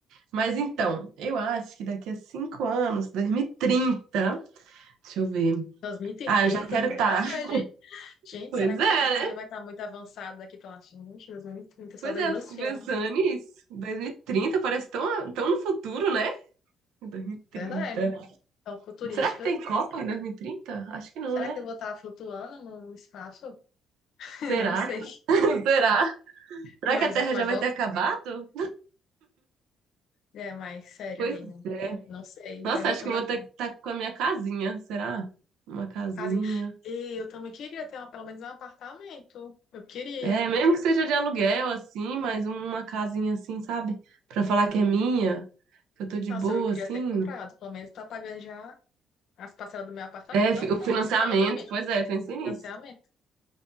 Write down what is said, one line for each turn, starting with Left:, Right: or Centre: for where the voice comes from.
Right: Mas então, eu acho que daqui a cinco anos, 2030, deixa eu ver.
Left: 2030,
Right: Ah, eu já
Left: eita,
Right: quero
Left: verdade.
Right: estar. <laughs>
Left: Gente,
Right: Pois
Left: será que
Right: é,
Left: a tecnologia
Right: né?
Left: vai estar muito avançada daqui pra lá? Gente, 2030, só
Right: Pois
Left: vejo
Right: é, eu
Left: nos
Right: fico
Left: filmes.
Right: pensando nisso. 2030 parece tão, tão no futuro, né? 2030.
Left: Verdade. Então, futurística.
Right: Será que tem Copa em 2030? Acho que não,
Left: Será
Right: né?
Left: que eu vou estar flutuando no espaço? <laughs>
Right: Será?
Left: Não sei.
Right: <laughs> Será? Será
Left: Mas,
Right: que a Terra
Left: mas
Right: já vai ter acabado?
Left: É, mas sério
Right: Pois
Left: mesmo.
Right: é.
Left: Não sei.
Right: Nossa,
Left: Vai voltando
Right: acho que eu vou
Left: aqui.
Right: ter que estar com a minha casinha, será? Uma casinha.
Left: Assim, e eu também queria ter uma, pelo menos um apartamento. Eu queria.
Right: É, é, mesmo que seja de aluguel, assim, mas um, uma casinha assim, sabe? Pra falar que é minha, que eu tô de
Left: Nossa,
Right: boa,
Left: eu queria
Right: assim.
Left: ter comprado. Pelo menos tá pagando já as parcelas do meu apartamento.
Right: É,
Left: Não
Right: fi-
Left: ter
Right: o financiamento,
Left: pagado totalmente,
Right: pois
Left: mas pelo
Right: é,
Left: menos
Right: pensei
Left: financiamento.
Right: nisso.